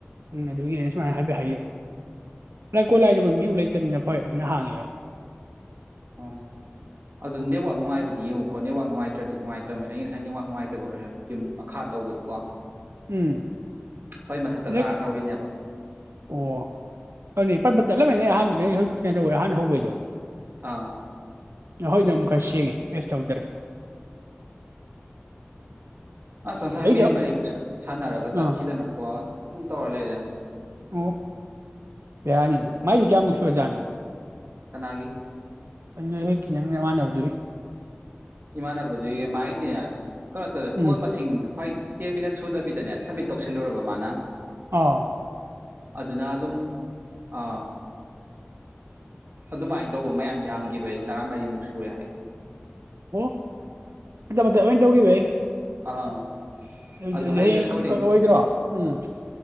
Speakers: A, on the right (about 80°); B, on the right (about 50°).
A: ꯎꯝ ꯑꯗꯨꯒꯤꯅꯦ ꯁꯨꯃꯥꯏꯅ ꯍꯥꯏꯕꯤ ꯍꯥꯏꯌꯦ ꯂꯥꯏꯀꯣꯜꯂꯥꯏꯔ ꯃꯤ ꯑꯃ ꯂꯩꯇꯕꯅꯤꯅ ꯐꯔꯅꯤꯅ ꯍꯥꯡꯉꯦꯕ
B: ꯑꯣ ꯑꯗꯨꯣ ꯅꯦꯠꯋꯥꯛ ꯅꯨꯡꯉꯥꯏꯕꯗꯤ ꯌꯦꯡꯉꯨꯀꯣ ꯅꯦꯠꯋꯥꯛ ꯅꯨꯡꯉꯥꯏꯇ꯭ꯔꯗꯤ ꯅꯨꯡꯉꯥꯏꯇꯕꯅꯦ ꯑꯩ ꯉꯁꯥꯏ ꯅꯦꯠꯋꯥꯛ ꯅꯨꯡꯉꯥꯏꯇꯕ ꯑꯣꯏꯔꯝꯃꯦ ꯌꯨꯝ ꯃꯈꯥ ꯇꯧꯕꯗꯀꯣ
A: ꯎꯝ
B: ꯍꯣꯏ ꯃꯊꯛꯇ
A: ꯂꯥꯏꯛ
B: ꯀꯥ ꯇꯧꯔꯤꯅꯦꯕ
A: ꯑꯣ ꯑꯗꯨꯅꯤ ꯄꯄ ꯆꯠꯂꯝꯃꯤꯅꯦ ꯑꯍꯥꯟꯕꯗ ꯍꯧꯖꯤ ꯀꯩꯅ ꯇꯧꯋꯦ ꯑꯍꯥꯟꯅ ꯍꯧꯕꯩꯗꯣ
B: ꯑꯥ
A: ꯍꯣꯏꯅ ꯑꯃꯨꯛ ꯈꯔ ꯁꯦꯡꯉꯦ ꯇꯦꯁ ꯇꯧꯗꯔꯦ
B: ꯑꯣ ꯑꯁ ꯉꯁꯥꯏ
A: ꯑꯩꯗ
B: ꯃꯤꯅꯤꯠ ꯃꯔꯤꯃꯨꯛ ꯁꯥꯟꯅꯔꯒ ꯇꯠꯈꯤꯗꯅꯀꯣ
A: ꯑꯥ
B: ꯑꯗꯣ ꯎꯝ ꯇꯣꯂꯦꯗꯦ
A: ꯑꯣ ꯌꯥꯅꯤꯅꯤ ꯃꯥꯥꯏꯗꯤ ꯀꯌꯥ ꯃꯨꯁꯨꯖꯥꯅꯣ
B: ꯀꯒꯤ
A: ꯑꯩ ꯅꯣꯏ ꯍꯦꯛꯀꯤ ꯅꯪꯅꯃꯥꯟꯅꯕꯗꯨꯏ
B: ꯏꯃꯥꯟꯅꯕꯗꯨꯒꯤ ꯃꯥꯏꯗꯤꯅꯦ ꯀꯩꯅꯣ ꯇꯧꯔꯦ ꯀꯣꯜ
A: ꯎꯝ
B: ꯃꯁꯤꯡ ꯍꯣꯏ ꯇꯦꯟ ꯃꯤꯅꯠ ꯁꯨꯗꯕꯤꯗꯅꯦ ꯁꯕꯃꯤꯠ ꯇꯧꯁꯤꯜꯂꯨꯔꯕ ꯃꯥꯅ
A: ꯑꯥ
B: ꯑꯗꯨꯅ ꯑꯗꯨꯝ ꯑ ꯑꯗꯨꯃꯥꯏꯅ ꯇꯧꯕ ꯃꯌꯥꯝ ꯌꯥꯝꯒꯤꯕꯩ ꯇꯔꯥꯃꯔꯤꯃꯨꯛ ꯁꯨꯔꯦ ꯍꯥꯏꯌꯦ
A: ꯑꯣ ꯃꯇꯠ ꯃꯇꯠ ꯑꯣꯏꯟ ꯇꯧꯒꯤꯕꯩ
B: ꯑꯥ
A: ꯑꯗꯨꯗꯤ
B: ꯑꯗꯣ
A: ꯑꯩꯗꯤ ꯍꯌꯦꯡ
B: ꯔꯦꯀꯣꯔꯗꯤꯡ
A: ꯀꯛ ꯀꯛꯂꯛꯑꯣꯏꯗ꯭ꯔꯣ ꯎꯝ